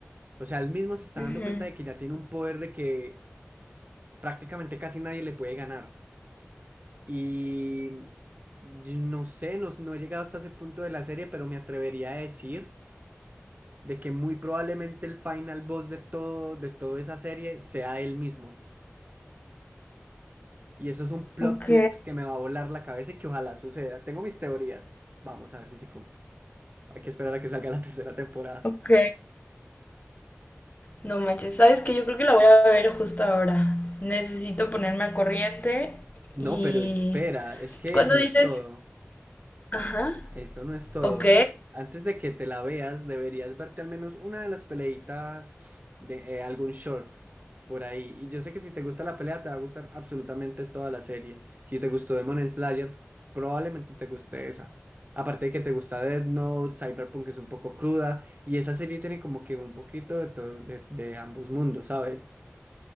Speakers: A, on the right; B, on the left.
A: o sea, él mismo se está
B: Ujú.
A: dando cuenta de que ya tiene un poder de que prácticamente casi nadie le puede ganar. Y yo no sé, no, no he llegado hasta ese punto de la serie, pero me atrevería a decir de que muy probablemente el final boss de todo, de toda esa serie sea él mismo. Y eso es un plot
B: ok,
A: twist que me va a volar la cabeza y que ojalá suceda. Tengo mis teorías. Vamos a ver si se cumple. Hay que esperar a que salga la <laughs> tercera temporada.
B: ok. No manches, ¿sabes qué? Yo creo que la voy a ver justo ahora. Necesito ponerme al corriente
A: No,
B: y...
A: pero espera, es que
B: Cuando
A: eso no
B: dices
A: es todo.
B: Ajá.
A: Eso no es todo.
B: Ok.
A: Antes de que te la veas, deberías verte al menos una de las peleitas de eh, algún short por ahí. Y yo sé que si te gusta la pelea, te va a gustar absolutamente toda la serie. Si te gustó Demon Slayer, probablemente te guste esa. Aparte de que te gusta Death Note, Cyberpunk es un poco cruda. Y esa serie tiene como que un poquito de, todo- de, de ambos mundos, ¿sabes?